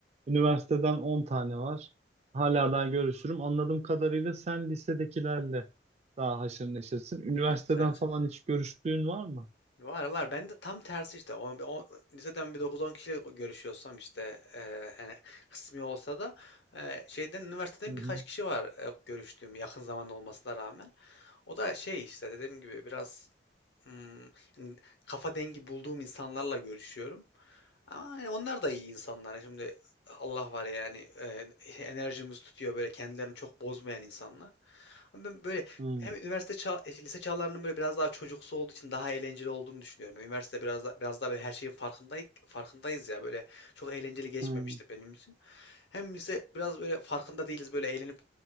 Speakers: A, on the right (about 40°); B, on the left (about 75°).
A: üniversiteden on tane var. Hala daha görüşürüm. Anladığım kadarıyla sen lisedekilerle daha haşır neşirsin. Üniversiteden
B: Evet, evet.
A: falan hiç görüştüğün var mı?
B: Var var. Ben de tam tersi işte. O, o, liseden bir dokuz on kişiyle görüşüyorsam işte e, yani kısmi olsa da e, şeyden üniversiteden
A: Hı hı.
B: birkaç kişi var e, görüştüğüm yakın zaman olmasına rağmen. O da şey işte dediğim gibi biraz hmm, yani kafa dengi bulduğum insanlarla görüşüyorum. Ama hani onlar da iyi insanlar. Şimdi Allah var yani e, enerjimiz tutuyor böyle kendilerini çok bozmayan insanlar. Ama Ben böyle
A: Hı
B: hem üniversite çağ, e, lise çağlarının böyle biraz daha çocuksu olduğu için daha eğlenceli olduğunu düşünüyorum. Yani üniversite biraz daha, biraz daha böyle her şeyin farkındayız, farkındayız ya böyle çok eğlenceli geçmemişti
A: hı.
B: benim için. Hem lise biraz böyle farkında değiliz böyle eğlenip